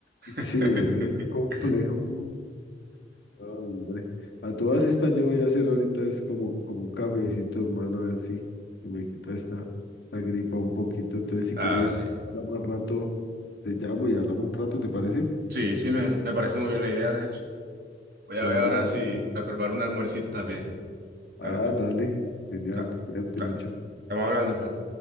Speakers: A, on the right; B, on the left.
A: <laughs>
B: Sí, eso es complejo. Ah, Hombre, a todas estas yo voy a hacer ahorita es como, como un cafecito, hermano, a ver si, si me quita esta, esta gripa un poquito. Entonces, si
A: Ah,
B: quieres,
A: vale.
B: ahora más rato te llamo y hablamos un rato, ¿te parece?
A: Sí, sí, me, me parece muy bien la idea, de hecho. Voy a
B: Dale,
A: ver ahora
B: máximo.
A: si me preparo un almuercito también.
B: Ah,
A: Dale, pues.
B: dale, genial,
A: da-
B: cuídate
A: Dale.
B: mucho.
A: Estamos hablando, pues.